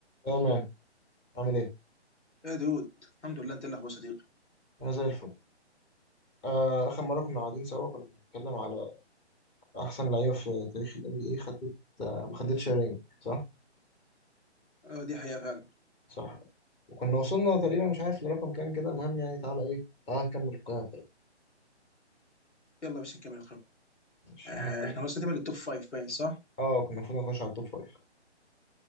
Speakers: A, on the left (about 15°); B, on the left (about 80°).
A: تمام عامل ايه؟
B: يا دود الحمد لله انت اللي اخبار صديقي
A: انا زي الفل آه، اخر مره كنا قاعدين سوا كنا بنتكلم على احسن لعيبه في تاريخ الام بي اي خدت آه، ما خدتش رينج صح؟
B: آه دي حقيقة فعلا
A: صح وكنا وصلنا تقريبا مش عارف لرقم كام كده المهم يعني تعالى ايه تعالى نكمل القائمه بتاعتنا
B: يلا باش نكمل القائمة
A: ماشي
B: آه
A: احنا كنا
B: احنا وصلنا تقريبا للتوب فايف باين صح؟
A: اه كنا المفروض نخش على التوب فايف